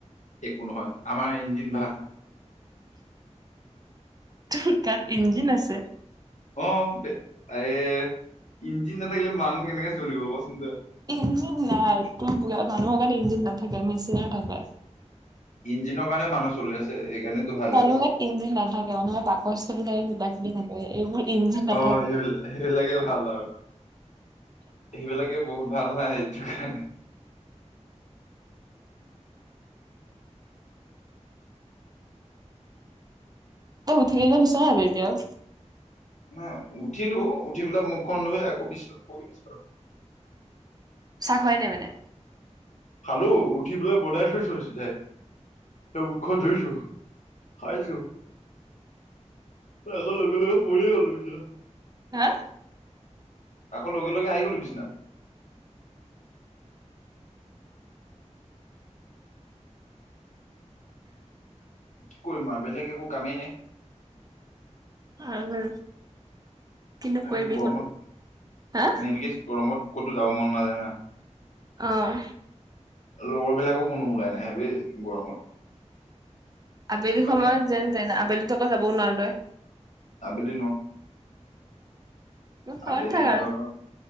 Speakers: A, on the left (about 80°); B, on the right (about 35°).
A: একো নহয় আমাৰ ইঞ্জিন ভাল
B: তোৰ তাত ইঞ্জিন আছে
A: অ এ ইঞ্জিন নাথাকিলে মানুহ কেনেকে চলিব কচোন তই
B: ইঞ্জিন নাই তুমি বোলা মানুহক তাত ইঞ্জিন নাথাকে মেচিন থাকে
A: ইঞ্জিনৰ কাৰণে মানুহ চলি আছে সেইকাৰণেতো ভাল
B: মানুহৰ
A: হৈ আছে
B: ইঞ্জিন নাথাকে মানুহৰ পাকস্থলি থাকে কিবা কিবি থাকে এইবোৰ ইঞ্জিন
A: অ
B: নাথাকে
A: সেইবিল সেইবিলাকে ভাল আৰু সেইবিলাকে বহুত ভাল নাই এইটো কাৰণে
B: তই উঠিলি নে বিছনাত এতিয়াও
A: নাই উঠিলো উঠি পেলাই মুখখন ধুই আকৌ বিছনাত পৰি আছো আৰু
B: চাহ খোৱাই নাই মানে
A: খালো উঠি পেলাই বনাই থৈছো চিধা তো মুখখন ধুইছো খাইছো এ লগে লগে পৰিয়ে ললোহি আও
B: হা
A: আকৌ লগে লগে আহি গলো বিছনাত কি কৰিম আৰু বেলেগ একো কামেই নাই
B: আৰু কিনো
A: এই
B: কৰিবি
A: গৰমত
B: হা
A: এনেকে ক'তো যাব মন নাযায় না
B: অহ
A: লগৰবিলাকো কোনো ওলাই নাই বে গৰমত
B: আবেলি
A: উপায়
B: সময়ত
A: নাই
B: যেন তেন আবেলিত আকৌ যাবও নোৱাৰ তই
A: আবেলি
B: ঘৰত
A: আবেলিয়ে
B: থাক আৰু
A: আও